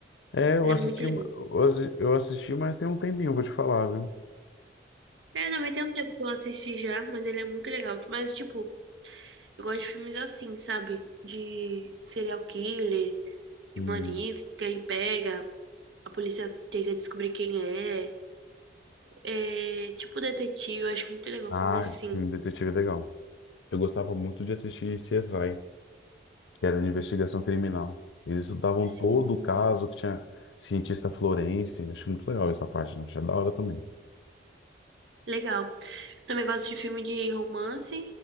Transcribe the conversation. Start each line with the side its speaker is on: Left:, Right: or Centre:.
Left: É, eu
Right: Ele
Left: assisti,
Right: é muito legal.
Left: eu assi- eu assisti, mas tem um tempinho, vou te falar, viu?
Right: É, também tem um tempo que eu assisti já, mas ele é muito legal. Mas, tipo, eu gosto de filmes assim, sabe? De serial killer,
Left: Hum.
Right: de maníaco, que aí pega, a polícia tem que descobrir quem é. É, tipo detetive, eu acho muito legal
Left: Ah,
Right: filme assim.
Left: esse filme detetive é legal. Eu gostava muito de assistir CSI. que era de investigação criminal. Eles estudavam todo
Right: Sim.
Left: o caso que tinha cientista florense. Acho muito legal essa parte, né? Achei da hora também.
Right: Legal. Eu também gosto de filme de romance